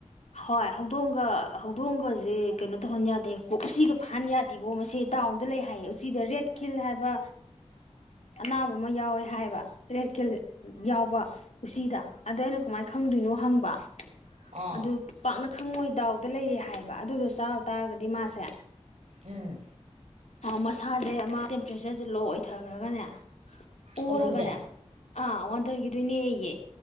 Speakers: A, on the left; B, on the right.
A: ꯍꯣꯏ ꯍꯧꯗꯣꯡꯒ ꯍꯧꯗꯣꯡꯒꯁꯦ ꯀꯩꯅꯣ ꯇꯧꯍꯟ ꯌꯥꯗꯦ ꯎꯆꯒ ꯐꯥꯍꯟ ꯌꯥꯗꯦꯕꯣ ꯃꯁꯤ ꯗꯥ ꯗꯥꯎꯗ ꯂꯩ ꯍꯥꯏꯌꯦ ꯎꯆꯤꯗ ꯔꯦꯗ ꯀꯤꯜ ꯍꯥꯏꯕ ꯑꯅꯥꯕ ꯑꯥ ꯑꯃ ꯌꯥꯎꯋꯦ ꯍꯥꯏꯕ ꯔꯦꯗ ꯀꯤꯜ꯫ ꯌꯥꯎꯕ ꯎꯆꯤꯗ ꯑꯗꫭ ꯑꯩꯅ ꯀꯃꯥꯏꯅ ꯈꯪꯗꯣꯏꯅꯣ ꯍꯪꯕ꯫
B: ꯑꯥ
A: ꯑꯗꯨ ꯄꯥꯛꯅ ꯈꯪꯉꯣꯏ ꯗꯥꯎꯗ ꯂꯩꯔꯦ ꯍꯥꯏꯌꯦꯕ ꯑꯗꯨꯗꯣ ꯆꯥꯔꯨ ꯇꯥꯔꯒꯗꯤ ꯃꯥꯁꯦ
B: ꯎꯝ
A: ꯑ ꯃꯁꯥꯁꯦ ꯑꯃ ꯇꯦꯝꯄꯔꯦꯆꯔꯁꯦ ꯂꯣ ꯑꯣꯏꯊꯈ꯭ꯔꯒꯅꯦ ꯑꯣꯔꯒꯅꯦ
B: ꯍꯧꯗꯣꯡꯁꯦ
A: ꯑꯥ ꯋꯥꯟꯗꯒꯤꯗꯣꯏꯅꯦ ꯌꯦ